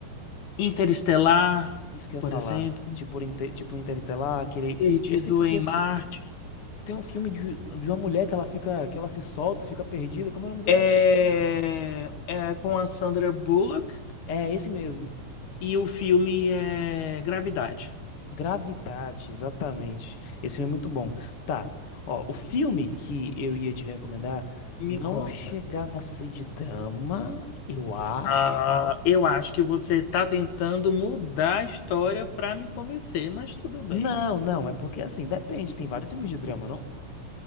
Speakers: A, on the left (about 70°); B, on the left (about 45°).
A: Interestelar,
B: Isso que eu ia
A: por
B: falar.
A: exemplo,
B: Tipo, Inte- tipo Interestelar, aquele.
A: Perdido
B: Eu sempre esqueço.
A: em Marte,
B: Tem um filme de, de uma mulher que ela fica. que ela se solta, fica perdida. Como é o nome dela
A: é,
B: desse filme?
A: é com a Sandra Bullock
B: É, esse mesmo.
A: e o filme é Gravidade.
B: Gravidade, exatamente. Esse filme é muito bom. Tá. Ó, o filme que eu ia te recomendar
A: Me
B: não
A: conta.
B: chegava a ser de drama, eu acho.
A: Ah, eu acho que você está tentando mudar a história para me convencer, mas tudo bem.
B: Não, não, é porque assim, depende, tem vários filmes de drama, não?